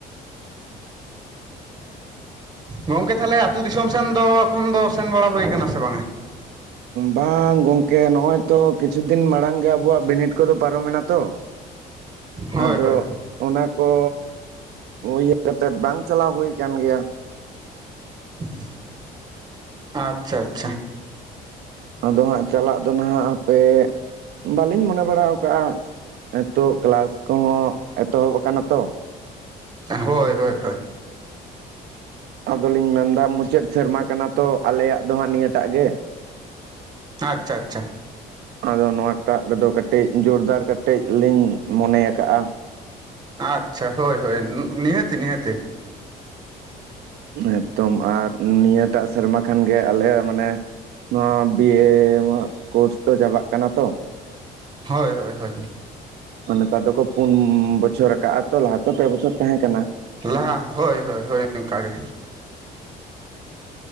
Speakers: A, on the right (about 25°); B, on the right (about 70°).
A: ᱜᱚᱝᱠᱮ ᱛᱟᱦᱚᱞᱮ ᱟᱹᱛᱩ ᱫᱤᱥᱚᱢ ᱥᱮᱱ ᱫᱚ ᱮᱠᱷᱚᱱ ᱫᱚ ᱥᱮᱱ ᱵᱟᱲᱟ ᱦᱩᱭᱟᱠᱟᱱᱟ ᱥᱮ ᱵᱟᱝᱟ?
B: ᱵᱟᱝ ᱜᱚᱝᱠᱮ ᱱᱚᱜᱚᱭ ᱛᱚ ᱠᱤᱪᱷᱩ ᱫᱤᱱ ᱢᱟᱲᱟᱝ ᱜᱮ ᱟᱵᱚᱣᱟᱜ ᱵᱤᱱᱤᱰ ᱠᱚᱫᱚ ᱯᱟᱨᱚᱢᱮᱱᱟ ᱛᱚ
A: ᱦᱳᱭ
B: ᱟᱫᱚ
A: ᱦᱳᱭ
B: ᱚᱱᱟ ᱠᱚ ᱤᱭᱟᱹ ᱠᱟᱛᱮᱫ ᱵᱟᱝ ᱪᱟᱞᱟᱣ ᱦᱩᱭ ᱟᱠᱟᱱ ᱜᱮᱭᱟ
A: <inaudible> ᱟᱪᱪᱷᱟ ᱟᱪᱷᱟ <inaudible>
B: ᱟᱫᱚ ᱦᱟᱸᱜ ᱪᱟᱞᱟᱜ ᱫᱚ ᱱᱟᱦᱟᱜ ᱦᱟᱯᱮ ᱵᱟᱹᱞᱤᱧ ᱢᱚᱱᱮ ᱵᱟᱲᱟ ᱟᱠᱟᱫᱼᱟ ᱱᱤᱛᱚᱜ ᱠᱮᱞᱟᱥ ᱠᱚᱦᱚᱸ ᱮᱛᱚᱦᱚᱵ ᱟᱠᱟᱱᱟ ᱛᱚ
A: ᱦᱳᱭ ᱦᱳᱭ ᱦᱳᱭ
B: ᱟᱫᱚᱞᱤᱧ ᱢᱮᱱᱫᱟ ᱢᱩᱪᱟᱹᱫ ᱥᱮᱨᱢᱟ ᱠᱟᱱᱟ ᱛᱚ ᱟᱞᱮᱭᱟᱜ ᱫᱚ ᱦᱟᱸᱜ ᱱᱤᱭᱟᱹᱴᱟᱜ ᱜᱮ
A: ᱟᱪᱪᱷᱟ ᱟᱪᱪᱷᱟ
B: ᱟᱫᱚ ᱱᱚᱶᱟᱴᱟᱜ ᱨᱮᱫᱚ ᱠᱟᱹᱴᱤᱡ ᱡᱳᱨᱫᱟᱨ ᱠᱟᱴᱤᱡ ᱞᱤᱧ ᱢᱚᱱᱮᱟᱠᱟᱜᱼᱟ
A: ᱟᱪᱪᱷᱟ ᱦᱳᱭ ᱦᱳᱭ ᱱᱤᱦᱟᱹᱛᱤ ᱱᱤᱦᱟᱹᱛᱤ
B: ᱮᱠᱫᱚᱢ ᱟᱨ ᱱᱤᱭᱟᱹᱴᱟᱜ ᱥᱮᱨᱢᱟ ᱠᱷᱟᱱ ᱜᱮ ᱟᱞᱮ ᱢᱟᱱᱮ ᱱᱚᱣᱟ ᱵᱤᱭᱮ ᱠᱚᱨᱥ ᱫᱚ ᱪᱟᱵᱟᱜ ᱠᱟᱱᱟ ᱛᱚ ᱾
A: ᱦᱳᱭ ᱦᱳᱭ ᱦᱳᱭ
B: ᱚᱱᱮᱛᱚ ᱟᱫᱚᱠᱚ ᱯᱩᱱ ᱵᱚᱪᱷᱚᱨ ᱟᱠᱟᱼᱟ ᱛᱚ ᱞᱟᱦᱟ ᱛᱮ ᱯᱮ ᱵᱚᱪᱷᱚᱨ ᱛᱟᱦᱮᱸ ᱠᱟᱱᱟ ᱾
A: ᱞᱟᱦᱟ ᱦᱳᱭ ᱦᱳᱭ ᱦᱳᱭ ᱚᱱᱠᱟᱜ ᱜᱮ